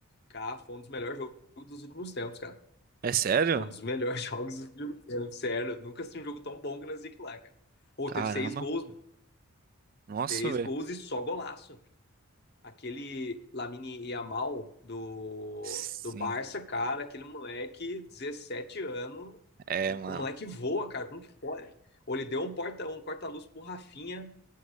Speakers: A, on the left; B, on the right.
A: cá foi um dos melhores jogos dos últimos tempos, cara.
B: É sério?
A: Foi um dos melhores <laughs> jogos do filme. Eu, sério, nunca assisti um jogo tão bom que nós que lá, cara. Ou
B: Caramba.
A: teve seis gols, mano.
B: Nossa,
A: Seis
B: velho.
A: gols e só golaço. Aquele Lamine Yamal do,
B: Sim.
A: do Barça, cara, aquele moleque, 17 anos,
B: É,
A: e o
B: mano.
A: moleque voa, cara, como que pode? Ou ele deu um porta um corta-luz pro Rafinha,